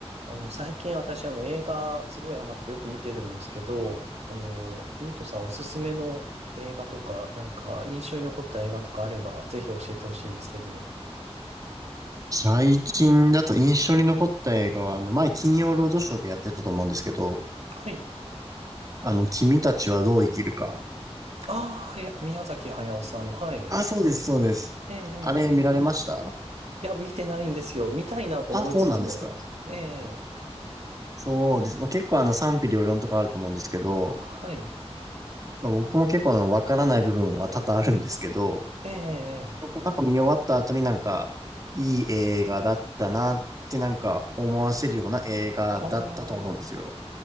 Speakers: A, on the right; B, on the right.
A: あの、最近私、あの、映画、すごいハマってよく見てるんですけど、あの、ゆうとさんおすすめの映画とか、なんか、印象に残った映画とかあれば、ぜひ教えてほしいんですけど。
B: 最近だと印象に残った映画は、あの、前金曜ロードショーでやってたと思うんですけど、
A: はい。
B: あの、君たちはどう生きるか。
A: ああ、はや宮崎駿さんの、はい。え
B: あ、そうです、そうです。
A: え、ええ、
B: あれ見られました
A: ええいや、見てないんですよ。見たいなと思いつつも。
B: あ、そうなんですか。
A: ええ、
B: そうです。まあ、結構あの賛否両論とかあると思うんですけど、
A: はい。
B: まあ、僕も結構あのわからない部分は多々あるんですけど、
A: ええ、え
B: こうなんか見終わった後になんか、いい映画だったなってなんか思わせるような映画だったと思うんですよ。
A: え、ああー。